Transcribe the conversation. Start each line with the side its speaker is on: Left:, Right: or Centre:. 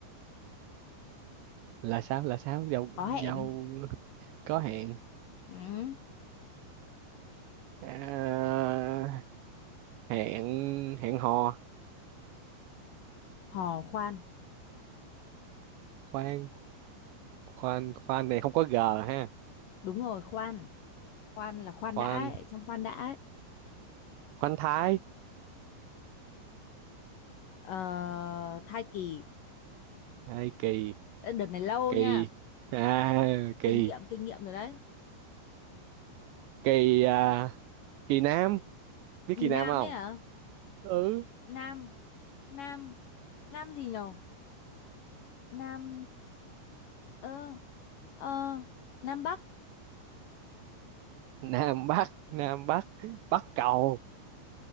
Right: là sao là sao giàu
Left: có hẹn
Right: giàu có hẹn
Left: ừ.
Right: à, hẹn hẹn hò
Left: hò khoan
Right: khoan khoan khoan này không có g ha
Left: đúng rồi khoan khoan là khoan
Right: khoan
Left: đã ấy, trong khoan đã ấy.
Right: khoan thái
Left: Ờ, thai kỳ
Right: hay kỳ
Left: Ê, đợt này lâu
Right: kỳ
Left: nha
Right: à kỳ
Left: kinh nghiệm kinh nghiệm rồi đấy
Right: kỳ à, kỳ nam biết
Left: kỳ
Right: kỳ nam
Left: nam
Right: không
Left: ấy hả
Right: ừ
Left: nam nam nam gì nhở nam ơ Ờ, Nam Bắc
Right: nam bắc nam bắc bắc cầu